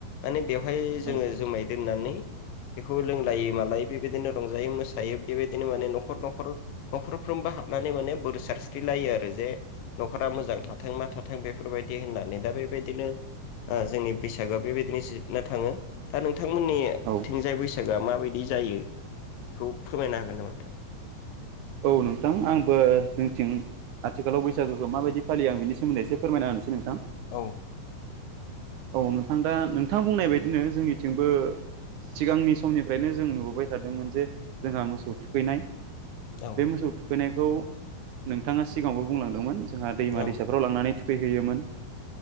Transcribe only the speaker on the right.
औ
औ
औ नोंथां आंबो जोंथिं आथिखालाव बैसागोखौ माबायदि फालियो आं बिनि सोमोन्दै एसे फोरमायना होनोसै नोंथां।
औ नोंथां दा नोंथां बुंनाय बायदिनो जोंनिथिंबो सिगांनि समनिफ्रायनो जों नुबोबाय थादोंमोन जे जोंहा मोसौ थुखैनाय
बे मोसौ थुखैनायखौ नोंथाङा सिगाङावबो बुंलांदोंमोन जोंहा दैमा
दैसाफ्राव लांनानै थुखै खैहैयोमोन।